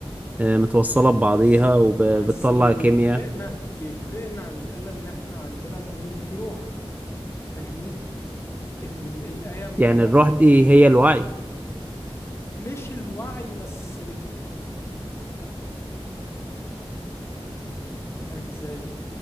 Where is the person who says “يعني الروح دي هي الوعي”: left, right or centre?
Right